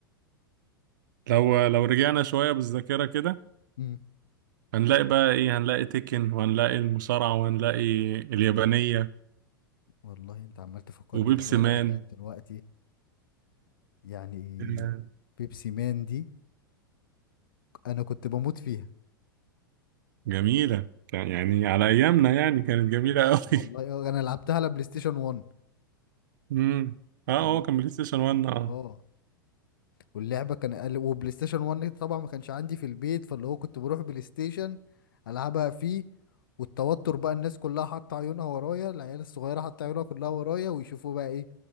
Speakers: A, on the right (about 60°); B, on the left (about 70°).
A: لو لو رجعنا شوية بالذاكرة كده
B: امم
A: هنلاقي بقى ايه هنلاقي تيكن وهنلاقي المصارعة وهنلاقي اليابانية
B: والله انت عمال تفكرني
A: وبيبسي
B: بشويه
A: مان
B: حاجات دلوقتي يعني
A: آه،
B: بيبسي مان دي انا كنت بموت فيها
A: جميلة كان- يعني على ايامنا يعني كانت جميلة قوي
B: والله آه، انا لعبتها على بلاي ستيشن 1
A: <laughs> امم اه
B: ال-
A: هو كان بلاي ستيشن 1 اه
B: اه واللعبه كان قال- وبلاي ستيشن 1 طبعا ما كانش عندي في البيت فاللي هو كنت بروح بلاي ستيشن العبها فيه والتوتر بقى الناس كلها حاطه عيونها ورايا العيال الصغيره حاطه عيونها كلها ورايا ويشوفوا بقى ايه